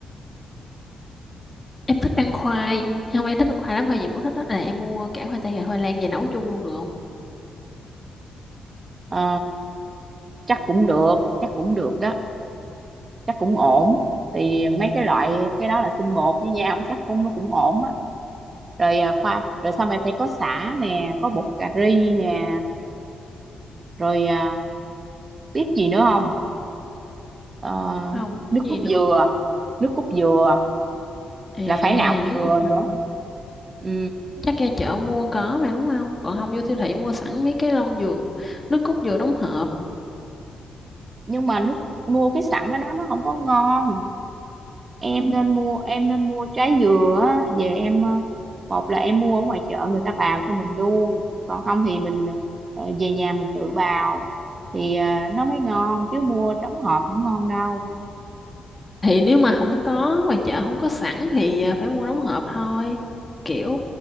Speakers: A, on the left; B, on the right.
A: em thích ăn khoai không em thích ăn khoai lắm khoai gì em cũng thích đó là em mua cả khoai tây và khoai lang về nấu chung luôn được không?
B: Ờ, chắc cũng được chắc cũng được đó chắc cũng ổn thì mấy cái loại cái đó là tinh bột với nhau <laughs> chắc cũng nó cũng ổn á rồi à, khoa rồi sau này phải có sả nè có bột cà ri nè rồi à, biết gì nữa không Ờ,
A: Không
B: nước
A: cái gì
B: cốt
A: nữa
B: dừa nước cốt dừa
A: à
B: là phải nạo dừa
A: nước cốt dừa
B: nữa
A: hả?
B: ừ
A: chắc ra chợ mua có mà đúng không? Còn không vô siêu thị mua sẵn mấy cái lon dừa nước cốt dừa đóng hộp
B: nhưng mà nước mua cái sẵn ở đó nó không có ngon em nên mua em nên mua trái dừa á, về em ờ, một là em mua ở ngoài chợ người ta bào cho mình luôn còn không thì mình ờ, về nhà mình tự bào thì ờ, nó mới ngon chứ mua đóng hộp không ngon đâu
A: thì nếu mà không có ngoài chợ không có sẵn thì ờ, phải mua đóng hộp thôi kiểu